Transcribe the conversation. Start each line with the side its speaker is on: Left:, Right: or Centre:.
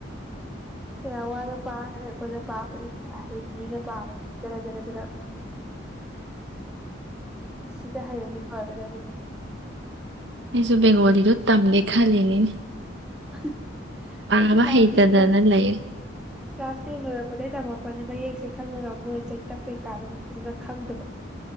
Centre: ꯀꯌꯥ ꯋꯥꯅ ꯄꯥꯈꯔꯦ ꯑꯩꯈꯣꯏꯅ ꯄꯥꯕꯗꯗꯤ ꯑꯍꯩꯕ ꯃꯤꯅ ꯄꯥꯕꯗꯗꯤ ꯖꯔ ꯖꯔ ꯖꯔ꯫ ꯑꯁꯤꯗ ꯍꯩꯔꯗꯤ ꯐꯒꯗꯕꯅꯤ꯫
Right: ꯑꯩꯁꯨ ꯕꯦꯡꯒꯣꯂꯤꯗꯣ ꯇꯝꯒꯦ ꯈꯜꯂꯤꯅꯤꯅꯦ꯫
Centre: <unintelligible>
Right: ꯄꯥꯕ
Centre: ꯑꯩꯁꯨ ꯀ꯭ꯂꯥꯁ
Right: ꯍꯩꯇꯗꯅ
Centre: ꯇꯦꯟ ꯂꯣꯏꯔꯛ
Right: ꯂꯩ
Centre: ꯀ꯭ꯂꯥꯁ ꯇꯦꯟ ꯂꯣꯏꯔꯛꯄꯗꯩ ꯇꯝꯃꯛ ꯄꯅꯤ ꯃꯌꯦꯛꯁꯦ ꯈꯪꯉꯒ ꯃꯣꯏ ꯆꯩꯇꯞ ꯀꯩꯀꯥꯗꯣ ꯐꯖꯅ ꯈꯪꯗꯕ